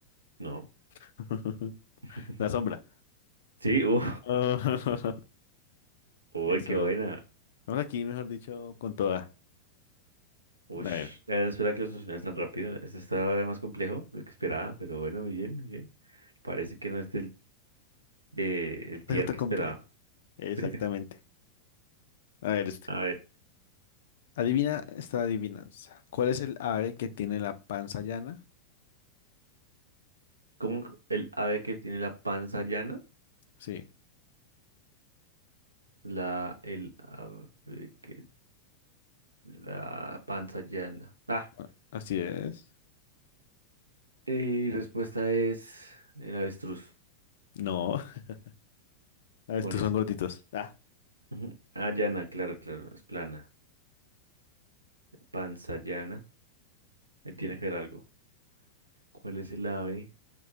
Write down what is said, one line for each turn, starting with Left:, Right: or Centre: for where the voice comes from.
Right: No.
Left: <laughs>
Right: <laughs>
Left: La sombra.
Right: Sí, uh,
Left: <laughs>
Right: <laughs> uy,
Left: Eso.
Right: qué buena.
Left: Vamos aquí, mejor dicho, con toda.
Right: Ush,
Left: A ver,
Right: la verdad espera que lo solucionaras tan rápido. Esto estaba más complejo de lo que esperaba, pero bueno, muy bien, muy bien. Parece que no es del, de, el tier
Left: te
Right: que
Left: completo.
Right: esperaba.
Left: Exactamente.
Right: <laughs> Sí.
Left: A ver, este.
Right: A ver,
Left: Adivina esta adivinanza. ¿Cuál es el ave que tiene la panza llana?
Right: ¿cómo el ave que tiene la panza llana?
Left: Sí.
Right: La, el ave que, la panza llana. Ah,
Left: a- Así es.
Right: y respuesta es el avestruz.
Left: No. <laughs> A ver,
Right: ¿Cuál
Left: estos
Right: es?
Left: son gorditos. Ah.
Right: Ujú. Ah, llana, claro, claro, es plana. Panza llana, ahí tiene que ver algo. ¿Cuál es el ave?